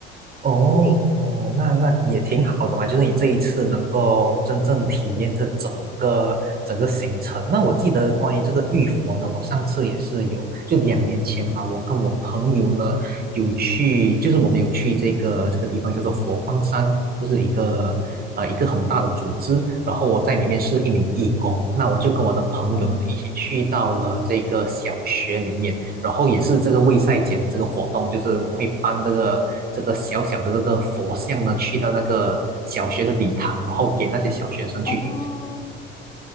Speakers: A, on the right (about 30°); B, on the left (about 20°).
A: 哦哦，
B: 对，
A: 那那也挺好的嘛，就是你这一次能够真正体验这整个整个行程。那我记得关于这个玉佛呢，我上次也是有，就两年前吧，我跟我朋友呢有去，就是我们有去这个这个地方叫做佛光山，就是一个呃一个很大的组织，然后我在里面是一名义工，那我就跟我的朋友呢一起去到了这个小学里面。
B: 哦
A: 然后也是这个卫赛节这个活动，就是我们会搬这个这个小小的这个佛像呢，去到那个小学的礼堂，然后给那些小学生去对，
B: 哦，